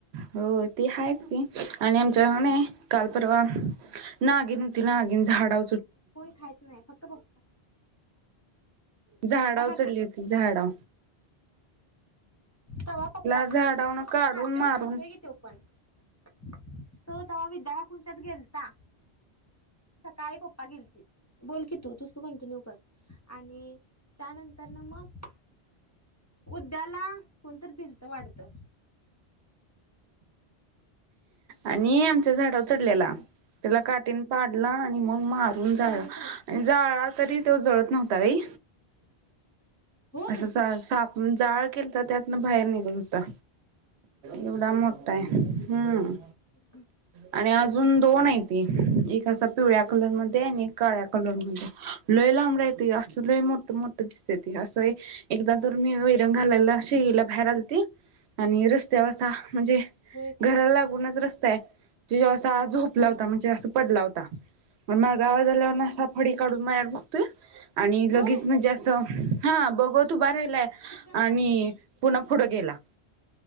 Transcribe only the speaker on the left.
आमचा कोण खायच नाही फक्त बघत
पप्पा खातात
तवा पप्पा
पण
हा तो
खातोय की तो पण तो तेव्हा विद्या खुलच्यात गेलता सकाळी पप्पा गेलतील बोल की तू तूस तू कंटिन्यू कर आणि त्यानंतर ना मग उद्याला कोणत दिल तर वाढतं
हम्म
दोन्ही पण
होय
हम
होय
काय
हा
होय
चिकन
खातोय फक्त